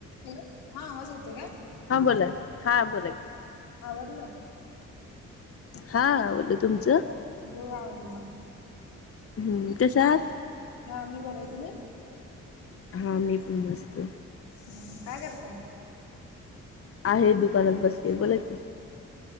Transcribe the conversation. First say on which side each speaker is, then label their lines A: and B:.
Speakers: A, on the left; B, on the left.
A: Hello हा आवाज येते काय?
B: हां बोला हां बोला की
A: आवरलं?
B: हा आवरल तुमचं?
A: हो आवडलं.
B: हम्म, कशा आहात?
A: हा मी बर आहे. तुम्ही?
B: हां मी पण मस्त.
A: हम्म, काय करता?
B: आहे दुकानात बसली बोला की.